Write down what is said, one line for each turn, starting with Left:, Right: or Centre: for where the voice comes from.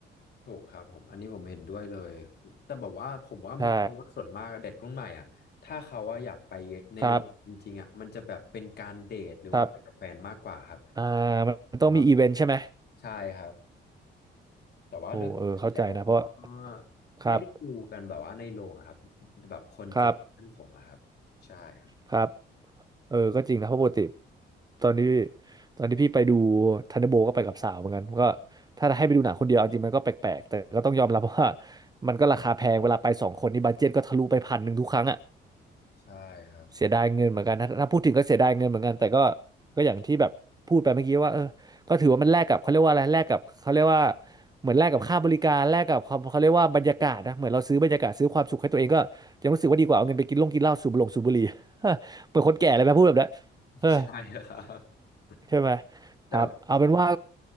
Left: ถูกครับผมอันนี้ผมเห็นด้วยเลยแต่แบบว่าผมว่ามองมองว่าส่วนมากเด็กรุ่นใหม่อ่ะถ้าเขาว่าอะอยากไปในโรงจริงๆอ่ะมันจะแบบเป็นการเดทหรือว่าไปกับแฟนมากกว่าครับ
Right: ใช่ครับครับอ่ามันต้องมีอีเวนต์ใช่ไหม
Left: มากกว่าใช่ครับแต่ว่าโดยปกติแล้วเขาก็
Right: โอ้เออเข้าใจนะเพราะครับ
Left: ไม่ได้ดูกันแบบว่าในโรงอะครับแบบคนเจนท่านผมอะครับใช่ครับ
Right: ครับครับ เออก็จริงนะ เพราะปกติตอนนี้ตอนที่พี่ไปดูทันเดอร์โบก็ไปกับสาวเหมือนกันก็ถ้าให้ไปดูหนังคนเดียวเอาจริงมันก็แปลกๆ แต่ก็ต้องยอมรับว่ามันก็ราคาแพงเวลาไปสองคนนี่บัดเจ็ตก็ทะลุไปพันหนึ่งทุกครั้งอ่ะ
Left: ใช่ครับ
Right: เสียดายเงินเหมือนกันนะถ้าพูดถึงก็เสียดายเงินเหมือนกันแต่ก็ก็อย่างที่แบบพูดไปเมื่อกี้ว่าเออก็ถือว่ามันแลกกับเขาเรียกว่าอะไรแลกกับเขาเรียกว่าเหมือนแลกกับค่าบริการแลกกับความเขาเรียกว่าบรรยากาศนะเหมือนเราซื้อบรรยากาศซื้อความสุขให้ตัวเองก็ยังรู้สึกว่าดีกว่าเอาเงินไปกินลงกินเหล้าสูบลงสูบบุหรี่ <laughs> เปิดคนแก่เลยไหมพูดแบบนั้นเออ
Left: ใช่ครับ <laughs>
Right: ใช่ไหม
Left: แต่แบบ
Right: ครับเอาเป็นว่า